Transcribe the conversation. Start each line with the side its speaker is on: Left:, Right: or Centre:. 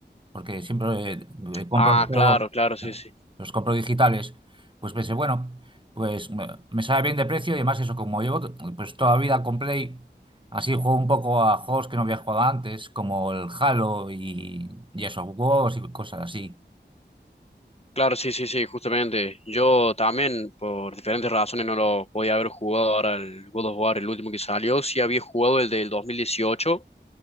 Right: porque siempre eh, eh, compro
Left: Ah,
Right: los juegos,
Left: claro, claro, sí, sí.
Right: los compro digitales, pues pensé, bueno, pues me, me sale bien de precio y además eso, como llevo t- pues toda la vida con Play, así juego un poco a juegos que no había jugado antes, como el Halo y, y esos juegos y cosas así.
Left: Claro, sí, sí, sí, justamente. Yo también, por diferentes razones, no lo podía haber jugado ahora el God of War, el último que salió. Sí había jugado el del 2018,